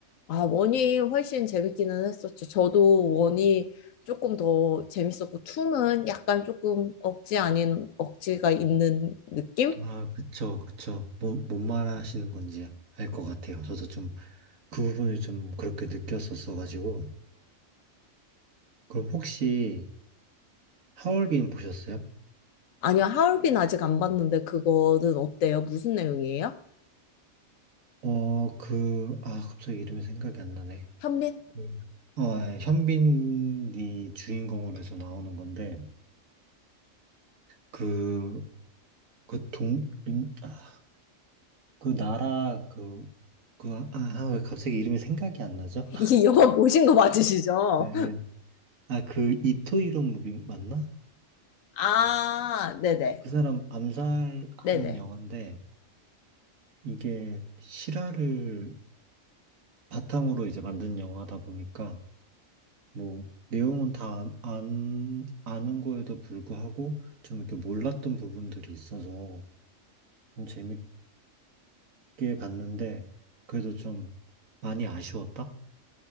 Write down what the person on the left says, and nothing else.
아, 원이 훨씬 재밌기는 했었죠. 저도 원이 조금 더 재밌었고, 투는 약간 조금 억지 아닌 억지가 있는 느낌?
아니요, 하얼빈 아직 안 봤는데 그거는 어때요? 무슨 내용이에요?
현빈?
<laughs> 이
영화 보신 거 맞으시죠?
아, 네네.
네네.